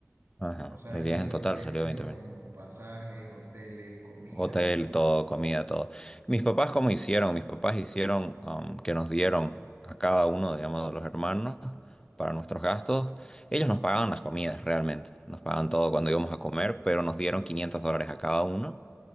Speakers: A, on the left; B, on the right.
A: ajá,
B: O sea,
A: el
B: y
A: viaje
B: eso,
A: en total
B: e-
A: salió
B: eso
A: 20
B: con
A: mil.
B: pasajes, hoteles, comida.
A: Hotel, todo, comida, todo. Mis papás, ¿cómo hicieron? Mis papás hicieron um, que nos dieron a cada uno, digamos, de los hermanos para nuestros gastos. Ellos nos pagaban las comidas realmente. Nos pagaban todo cuando íbamos a comer, pero nos dieron 500 dólares a cada uno.